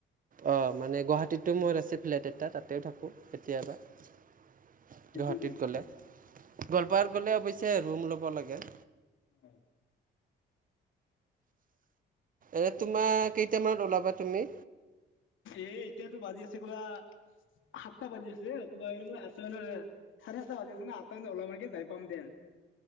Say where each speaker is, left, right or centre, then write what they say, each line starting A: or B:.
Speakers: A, on the right; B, on the left.
A: অ' মানে গুৱাহাটীতো মোৰ আছে ফ্লেট এটা তাতেও থাকোঁ কেতিয়াবা। গুৱাহাটীত
B: খি পি ন উম।
A: গ'লে, গোৱালপাৰাত গ'লে অৱশ্যে ৰুম ল'ব লাগে।
B: উ, উ।
A: এ তোমাৰ কেইটামানত ওলাবা তুমি?
B: এ এতিয়াতো বাজি আছে কোৰা। সাতটা বাজি আছে একবাই তামানে আঠটা ওলায়। চাৰে সাতটা বাজি আছে ন? আঠটা মানে ওলাম নেকি। যাই পাম দে